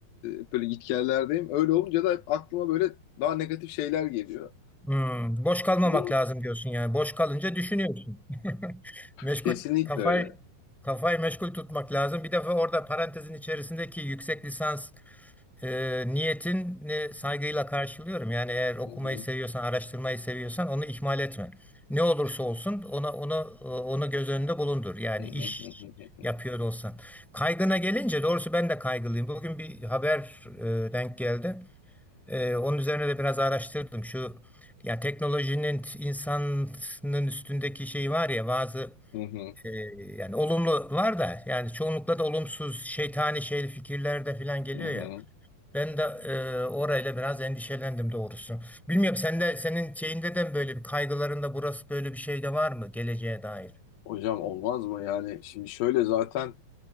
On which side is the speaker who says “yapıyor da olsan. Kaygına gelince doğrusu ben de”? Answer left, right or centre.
Centre